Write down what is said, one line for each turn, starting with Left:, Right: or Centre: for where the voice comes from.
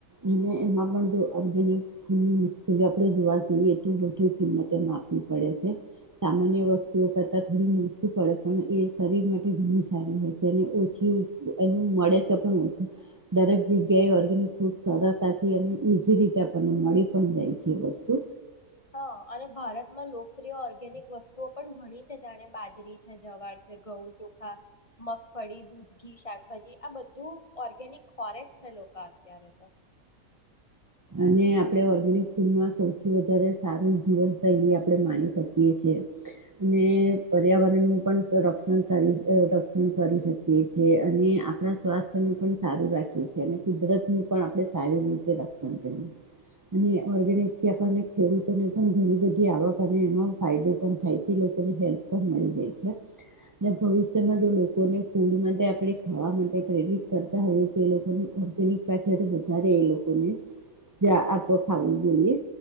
Right: અને એમાં પણ જો ઓર્ગેનિક ફૂડની મુશ્કેલી આપણે જોવા જઈએ તો વધુ કિંમત એમાં આપવી પડે છે સામાન્ય વસ્તુઓ કરતા થોડી મૂી પડે પણ એ શરીર માટે ઘણી સારી હો છે અને ઓછી એનું મળે છે પણ ઓછું દરેક જગ્યાએ ઓર્ગેનિક ફૂડ સરળતાથી અને ઈઝી રીતે આપણને મળી પણ જાય છે એ વસ્તુ
Left: હા અને ભારતમાં લોકપ્રિય ઓર્ગેનિક વસ્તુઓ પણ ઘણી છે જાણે બાજરી છે જવાર છે ઘઉં ચોખા મગફળી દૂધ ઘી શાકભાજી આ બધું ઓર્ગેનિક ખોરેજ છે લોકા અત્યારે તો
Right: અને આપણે ઓર્ગેનિક ફૂડમાં સૌથી વધારે સારું જીવનશૈલી આપણે માણી શકીએ છે અને પર્યાવરણનું પણ રક્ષણ કરી રક્ષણ કરી શકીએ છીએ અને આપણા સ્વાસ્થ્યું પણ સારું રાખીએ છીએ અને કુદરતનું પણ આપણે સારી રીતે <unintelligible> અને ઓર્ગેનિકથી આપણને ખેડૂતોને પણ ઘણી બધી આવક અને એમાં ફાયદો પણ થાય છે, લોકોને હેલ્પ પણ મળી જાય છે. અને ભવિષ્યમાં જો લોકોને ફૂડ માટે આપણે ખાવા માટે પ્રેરિત કરતા હોઈએ તો એ લોકોનું ઓર્ગેનિક પાછળ વધારે એ લોકોને જ આપ ખાવું જોઈએ.